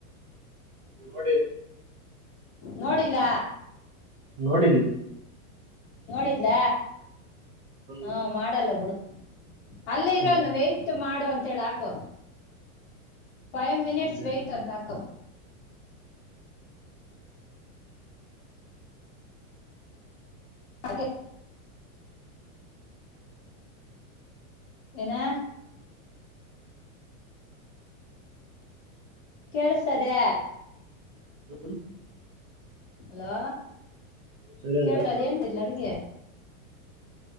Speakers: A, on the right; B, on the left.
A: ನೋಡಿರಿ
B: ನೋಡಿಲ್ಲ
A: ನೋಡಿಡ್ಲು
B: ನೋಡಿದ್ಲ
A: ಹ್ಮ್
B: ಹಾ ಮಾಡಲ್ಲ ಬಿಡು ಅಲ್ಲೇ ಇರೋನು
A: ಹ್ಮ್
B: ವೆಯ್ಟ ಮಾಡು ಅಂತೇಳ ಹಾಕೋ ಫೈವ್ ಮಿನಿಟ್ಸ್
A: ಹ್ಮ್
B: ವೆಯ್ಟ ಅಂತಾಕ ಹಾಗೆ ಏನ ಕೇಳಸದೆ
A: ಹ್ಮ್
B: ಅಲೋ,
A: ಸರಿ ಅಂತ
B: ಕೇಳಏನ್
A: ಹಾಕಿವಾಗ
B: ಮಿ <unintelligible> ದ್ಲ ಅಡ್ಗೆ